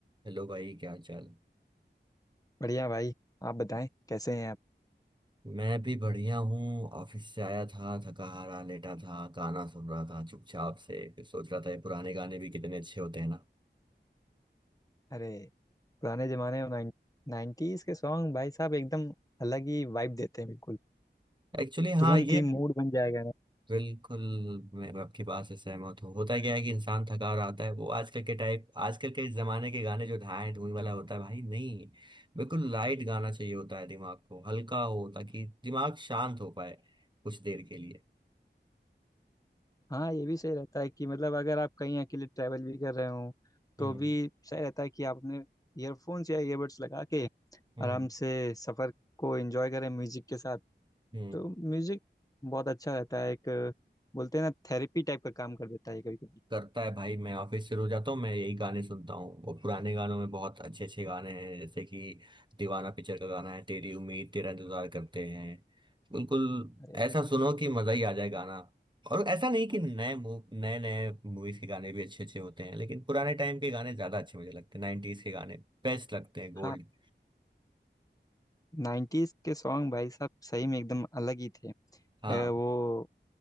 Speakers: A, on the right; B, on the left.
A: Hello भाई क्या हाल चाल
B: बढ़िया भाई आप बताएं कैसे हैं आप
A: मैं भी बढ़िया हूँ ऑफिस से आया था थका हारा लेटा था गाना सुन रहा था चुपचाप से फिर सोच रहा था ये पुराने गाने भी कितने अच्छे होते हैं ना
B: अरे पुराने जमाने में नाइन, नाइन्टीज के सॉन्ग भाई साहब एकदम अलग ही वाइब देते हैं बिल्कुल
A: एक्चुअली हाँ
B: तुरंत
A: ये
B: ही मूड बन जाएगा ना
A: बिल्कुल मैं आपकी बात से सहमत हूँ होता क्या है कि इंसान थका हारा आता है वो आजकल के टाइप आजकल के जमाने के गाने जो ढाए धून वाला होता है भाई नहीं बिल्कुल लाइट गाना चाहिए होता है दिमाग को हल्का हो ताकि दिमाग शांत हो पाए कुछ देर के लिए
B: हाँ ये भी सही रहता है कि मतलब अगर आप कहीं अकेले ट्रैवल भी कर रहे हो तो
A: हम्म
B: भी सही रहता है कि आप अपने ईयरफोन्स या ईयरबड्स लगा के
A: हम्म
B: आराम से सफ़र को एंजॉय करें म्यूजिक के साथ
A: हम्म
B: तो म्यूजिक बहुत अच्छा रहता है एक बोलते हैं ना थेरेपी टाइप का काम कर देता है कभी कभी
A: करता है भाई मैं ऑफिस से रोज आता हूँ मैं यही गाने सुनता हूँ और पुराने गानों में बहुत अच्छे अच्छे गाने हैं जैसे कि दीवाना पिक्चर का गाना है तेरी उम्मीद तेरा इंतजार करते हैं बिल्कुल
B: अरे
A: ऐसा सुनो कि मजा ही आ जाए गाना और ऐसा नहीं कि नए नए नए मूवीज के गाने भी अच्छे अच्छे होते हैं लेकिन पुराने टाइम के गाने ज्यादा अच्छे मुझे लगते हैं नाइनटीज के गाने बेस्ट लगते हैं गोल्ड
B: हाँ नाइन्टीज के सॉन्ग भाई साहब सही में एकदम अलग ही थे अ,
A: हाँ
B: वो